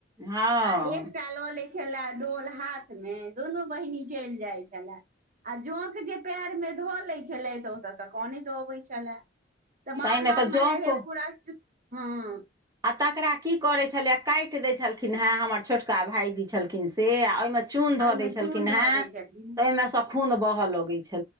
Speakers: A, on the right; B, on the right.
A: हँ
B: आ एकटा ल लेय छले डोल हाथ मे दुनू बहिनी चैल जाय छै छल आ जोंक जे पएरमे धऽ लैत छलथि तऽ ओतयसँ कनैत अबैत छलए तऽ मार
A: तैँ नहि
B: मार
A: तऽ
B: म
A: जँ
B: हे हे
A: को
B: पूरा हँ
A: आ तकरा की करै छलैए काटि दै छलखिन हँ हमर छोटका भाइजी छलखिन से आ ओहिमे चून
B: आ
A: धऽ
B: ओहिमे
A: दै छलखिन
B: चून धऽ
A: हे
B: दै छलखिन
A: ओहिमे से खून बहअ लगै छै